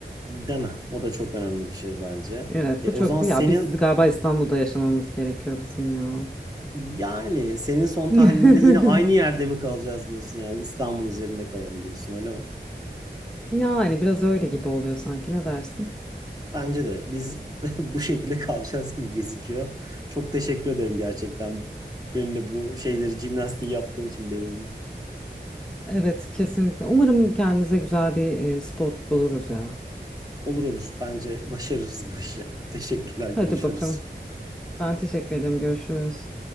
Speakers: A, on the right; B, in the centre.
A: Deme. O da çok önemli bir şey bence.
B: Evet
A: E,
B: bu
A: o
B: çok
A: zaman
B: ya
A: senin
B: biz galiba İstanbul'da yaşamamız gerekiyor bizim ya.
A: Yani senin son
B: <laughs>
A: tahlilinde yine aynı yerde mi kalacağız diyorsun yani İstanbul üzerinde kalalım diyorsun öyle mi?
B: Yani biraz öyle gibi oluyor sanki ne dersin?
A: Bence de biz <laughs> bu şekilde kalacağız gibi gözüküyor. Çok teşekkür ederim gerçekten benimle bu şeyleri jimnastiği yaptığın için beynin.
B: Evet kesinlikle. Umarım kendimize güzel bir e, spot buluruz ya.
A: Olur olur bence başarırız bu işi. Teşekkürler görüşürüz.
B: Hadi bakalım. Ben teşekkür ederim. Görüşürüz.